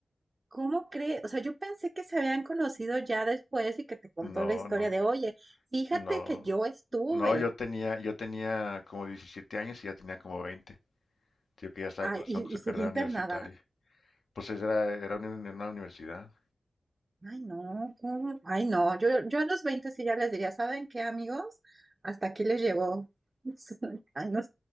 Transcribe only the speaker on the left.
No,
no,
no.
No, yo tenía, yo tenía como 17 años y ya tenía como 20. Tío que ya estaba
cursando
su
carrera
universitaria. Pues esa era, era una, una universidad.